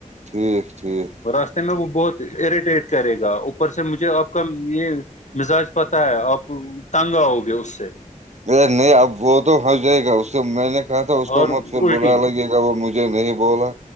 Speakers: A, on the right; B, on the left.
A: ٹھیک ٹھیک
B: راستے میں وہ بہت اریٹیٹ کرے گا اوپر سے مجھے آپ کا یہ مزاج پتہ ہے آپ تنگ آؤ گے اس سے
A: ا نہیں اب وہ تو ہنس جائے گا اس سے میں نے کہا تھا اس کو
B: اور
A: مت پھر
B: الٹی
A: بلا لگے گا وہ مجھے نہیں بولا